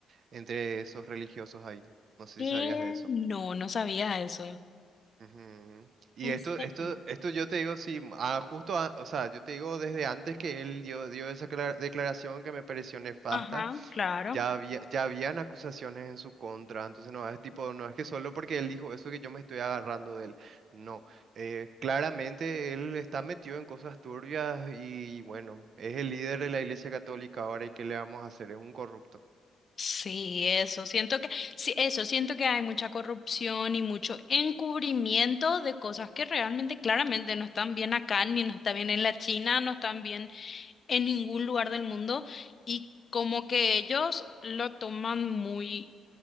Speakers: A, on the right; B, on the left.
A: entre esos religiosos ahí? No sé
B: ¿Qué?
A: si sabías de eso.
B: No, no sabía eso.
A: Ujú. Y
B: ¿En
A: esto,
B: serio?
A: esto, esto yo te digo, sí, ah, justo, a- o sea, yo te digo desde antes que él dio, dio esa clara- declaración que me pareció nefasta.
B: Ajá, claro.
A: Ya había, ya habían acusaciones en su contra, entonces no es tipo, no es que solo porque él dijo eso que yo me estoy agarrando de él. No, eh, claramente él está metido en cosas turbias y bueno, es el líder de la Iglesia Católica ahora y ¿qué le vamos a hacer? Es un corrupto.
B: Sí, eso, siento que, sí, eso, siento que hay mucha corrupción y mucho encubrimiento de cosas que realmente claramente no están bien acá, ni no están bien en la China, no están bien en ningún lugar del mundo, y como que ellos lo toman muy,